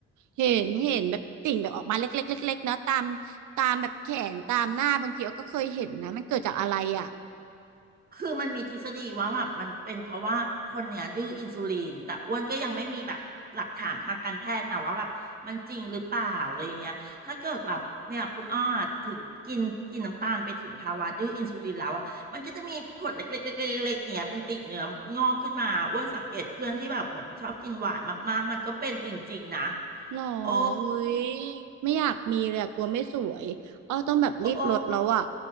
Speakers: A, on the right (about 75°); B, on the right (about 30°).
A: เห็นเห็นแบบติ่งแบบออกมาเล็กๆเล็กๆเนาะตามตามแบบแขนตามหน้าบางทีเราก็เคยเห็นนะมันเกิดจากอะไรอ่ะ
B: คือมันมีทฤษฎีว่าแบบมันเป็นเพราะว่าคนเนี่ยดื้ออินซูลินแต่อ้วนก็ยังไม่มีแบบหลักฐานทางการแพทย์นะว่าแบบมันจริงหรือเปล่าอะไรอย่างเงี้ยถ้าเกิดแบบเนี่ยคุณอ้อถึงกินกินน้ำตาลไปถึงภาวะดื้ออินซูลินแล้วอ่ะมันก็จะมีผดเล็กๆๆๆๆอย่างเงี้ยเป็นติ่งเนื้องอกขึ้นมาอ้วนสังเกตเพื่อนที่แบบเหมือนชอบกินหวานมากๆมันก็เป็นจริงๆนะ
A: หรอ
B: โอ้
A: อุ้ยไม่อยากมีเลยอะกลัวไม่สวยอ้อต้องแบบรีบลดแล้วอ่ะ
B: โอ้โอ้